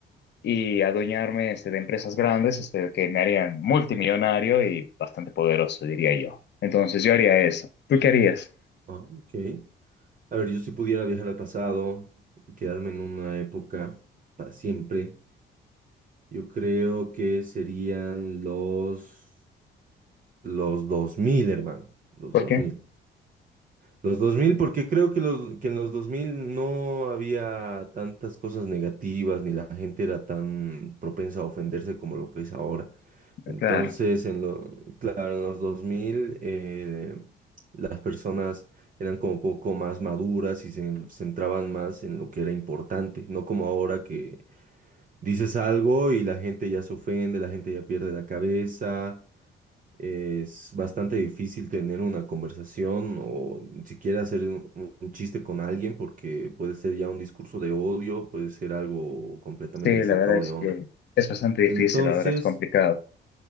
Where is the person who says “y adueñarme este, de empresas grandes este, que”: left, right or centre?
Left